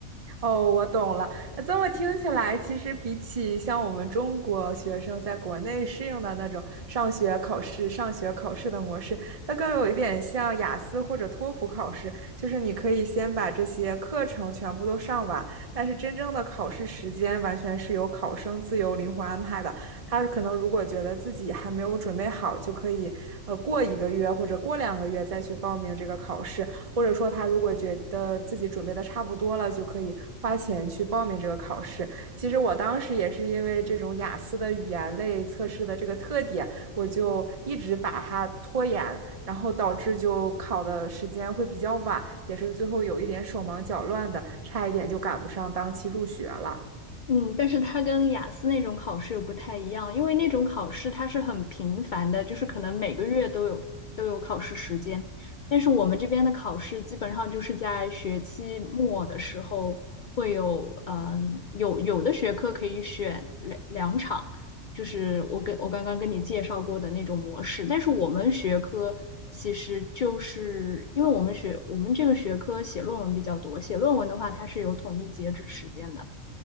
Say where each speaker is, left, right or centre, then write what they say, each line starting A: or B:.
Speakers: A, on the right; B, on the left.
A: 哦，我懂了。那这么听起来，其实比起像我们中国学生在国内适应的那种上学考试、上学考试的模式，它更有一点像雅思或者托福考试，就是你可以先把这些课程全部都上完，但是真正的考试时间完全是由考生自由灵活安排的。他可能如果觉得自己还没有准备好，就可以呃过一个月或者过两个月再去报名这个考试。或者说他如果觉得自己准备的差不多了，就可以花钱去报名这个考试。其实我当时也是因为这种雅思的语言类测试的这个特点，我就一直把它拖延，然后导致就考的时间会比较晚，也是最后有一点手忙脚乱的，差一点就赶不上当期入学了。
B: 嗯，但是它跟雅思那种考试又不太一样，因为那种考试它是很频繁的，就是可能每个月都有都有考试时间。但是我们这边的考试基本上就是在学期末的时候会有，嗯，有有的学科可以选两两场，就是我跟我刚刚跟你介绍过的那种模式。但是我们学科其实就是因为我们学我们这个学科写论文比较多，写论文的话它是有统一截止时间的。